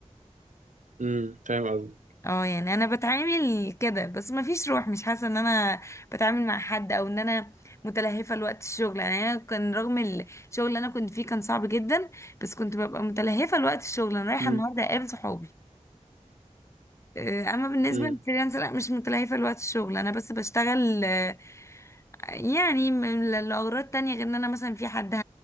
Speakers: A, on the right; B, on the left.
A: مم. فاهم قصدك
B: اه يعني انا بتعامل كده بس مفيش روح مش حاسه ان انا بتعامل مع حد او ان انا متلهفه لوقت الشغل يعني انا كان رغم الشغل اللي انا كنت فيه كان صعب جدا بس كنت ببقى متلهفه لوقت الشغل انا رايحه
A: مم.
B: النهارده اقابل صحابي آه، اما بالنسبه
A: مم.
B: للفريلانس لا مش متلهفه لوقت الشغل انا بس بشتغل آه، يعني من- لاغراض تانية غير ان انا مثلا في حد ه-